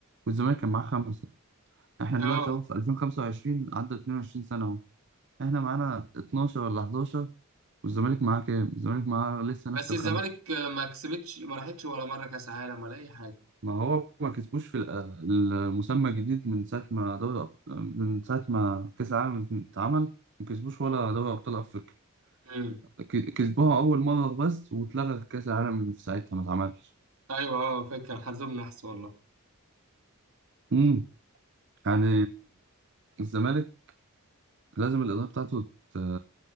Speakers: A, on the right; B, on the right.
A: والزمالك كان معاه خمسة احنا
B: اه
A: دلوقتي اهو في 2025 عدى 22 سنة اهو احنا معانا 12 ولا 11 والزمالك معاه كام الزمالك معاه لسه نفس
B: بس
A: الخمسة
B: الزمالك آه، ما كسبتش ما راحتش ولا مره كاس عالم ولا اي حاجه
A: ما هو ما كسبوش في الأ- المسمى الجديد من ساعة ما دوري أب- من ساعة ما كأس العالم اتعمل ما كسبوش ولا دوري أبطال أفريقيا
B: امم
A: ك- كسبوها أول مرة بس واتلغى كأس العالم في ساعتها ما اتعملش
B: ايوه اه فكره حظهم نحس والله
A: امم يعني الزمالك لازم الإدارة بتاعته ت-